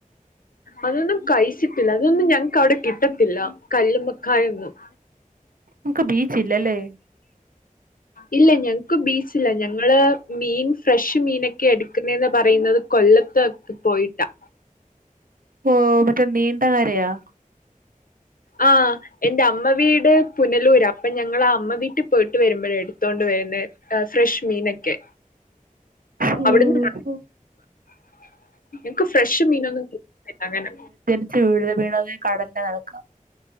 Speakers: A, on the left (about 80°); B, on the right (about 80°).
A: അതൊന്നും കഴിച്ചിട്ടില്ല അതൊന്നും ഞങ്ങക്ക് അവിടെ കിട്ടത്തില്ല കല്ലുമ്മക്കായൊന്നും
B: ഇക്ക് ബീച്ച് ഇല്ലല്ലേ
A: ഇല്ല ഞങ്ങക്ക് ബീച് ഇല്ല ഞങ്ങള് മീൻ ഫ്രഷ് മീനൊക്കെ എടുക്കുനെന്ന് പറയുന്നത് കൊല്ലത്തൊക്കെ പോയിട്ടാ
B: ഓ മറ്റേ നീണ്ടകരയാാ
A: ആഹ എൻന്റെ അമ്മ വീട് പുനലൂര് അപ്പൊ ഞങ്ങള അമ്മ വീട്ടിൽ പോയിട്ട് വരുമ്പോഴ എടുത്തോണ്ട് വരുന്നേ ട്ടാ ഫ്രഷ്മീനൊക്കെ
B: ഓ
A: അവിടുന്ന്
B: ഓ.
A: <inaudible> ക്ക് ഫ്രഷ് മീനൊന്നുംകിട്ടത്തില്ല അങ്ങനെ
B: വീട് വീണെ കടലിന്റെ നടക്ക